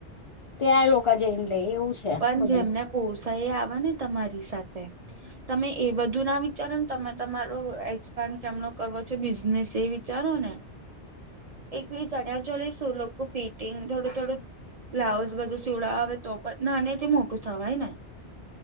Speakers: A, on the left; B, on the right.
A: ત્યાં લોકો જઈને લે એવું. છે
B: પણ
A: બધું
B: જેમને પોસાઈ આવે ને તમારી સાથે. તમે એ બધું ના વિચારો ને. તમે તમારો એક્સપાન્ડ કેમનો કરવો છે બિઝનેસ એ. વિચારો ને એકલી ચણ્યા ચોલી શું લોકો ફિટિંગ થોડું થોડું બ્લાઉઝ બધું સીડ આવે તો પણ. નાનેથી મોટું થવાય ને.